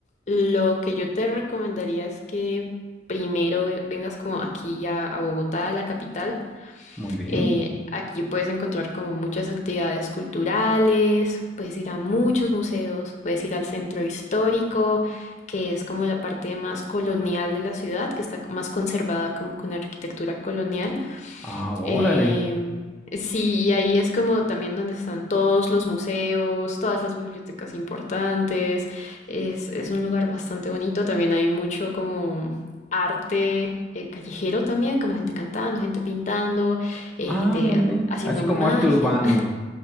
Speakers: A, on the left (about 40°); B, in the centre.
A: lo que yo te recomendaría es que primero eh, vengas como aquí a, a Bogotá, a la capital.
B: muy bien.
A: Eh, aquí puedes encontrar como muchas actividades culturales, puedes ir a muchos museos, puedes ir al centro histórico, que es como la parte más colonial de la ciudad, que está más conservada como con arquitectura colonial.
B: Ah, órale.
A: Em, sí, y ahí es como también donde están todos los museos, todas las bibliotecas importantes. Es, es un lugar bastante bonito. También hay mucho como arte eh, callejero también, como gente cantando, gente pintando, eh,
B: Ah,
A: gente
B: muy bien.
A: haciendo
B: Así como
A: magia.
B: arte urbano.
A: <laughs>